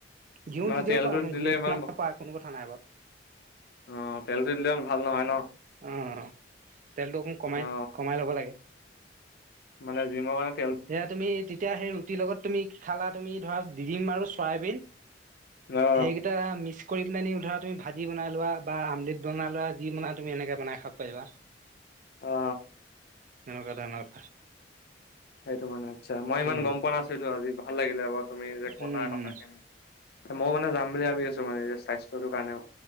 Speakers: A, on the right (about 45°); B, on the left (about 60°).
A: ঘিউ
B: মানে
A: দি দিব
B: তেলটো
A: পাৰা
B: দিলে
A: ঘিউ
B: ইমান
A: পাৰা কোনো কথা নাই বাৰু
B: অ' তেলটো দিলে ভাল নহয় ন।
A: অ' তেলটো অকণ কমাই
B: অ
A: কমাই ল'ব লাগে।
B: মানে যি মানে <unintelligible>
A: সেয়া তুমি তেতিয়া সেই ৰুটিৰ লগত তুমি খালা তুমি ধৰা দিম আৰু চয়াবিন।
B: অ
A: সেইকেইটা মিছ কৰি পেল নি, ধৰা তুমি ভাজি বনাই লোৱা বা আমলেট বনাই লোৱা যি বনাই তুমি এনেকৈ বনাই খাব পাৰিবা।
B: অ
A: সেনেকুৱা টাইমট।
B: সেইটো মানে ইচ্ছা। মই ইমান
A: উম
B: গম পোৱা নাছিলো আজি ভাল লাগিলে তুমি যে কলা
A: উম উম
B: কথাখিনি। মইও মানে যাম বুলি ভাবি আছো মানে স্বাস্থ্যটোৰ কাৰণেও